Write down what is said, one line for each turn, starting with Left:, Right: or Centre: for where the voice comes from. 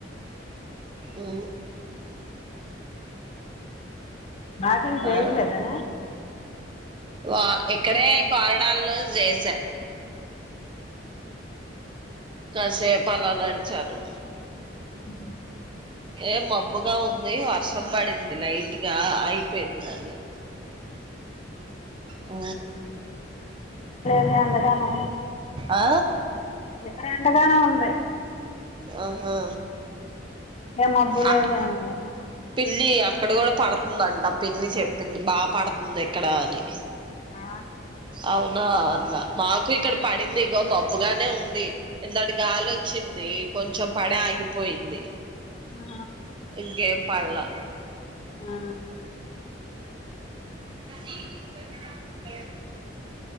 Right: ఉ
Left: వాకింగ్ చేయట్లేదా
Right: ఆ వా ఇక్కడే కారిడార్ లో జేసా
Left: అ
Right: కాసేపు అలా నడిచాను
Left: ఉ
Right: యే మబ్బుగా ఉంది వర్షం పడింది లైట్గా అయిపోయింది మళ్ళీ. ఆ
Left: రెందు గాను
Right: ఆ
Left: డిఫరెంట్గానే ఉంది
Right: ఆహా
Left: ఏ మబ్బు లేదు
Right: అక్
Left: ఏం లేదు
Right: పిల్లి అక్ అక్కడ కూడా పడుతుందంట పిన్ని చెప్పింది బాగా పడుతుంది ఇక్కడ అని.
Left: ఆ,
Right: అవునా అన్న మాకు ఇక్కడ పడింది ఇగో మబ్బుగానే ఉంది నిన్నటి గాలోచ్చింది. కొంచెం పడ ఆగిపోయింది
Left: ఆ,
Right: ఇంకేం పడ్లా
Left: ఆ.
Right: <inaudible>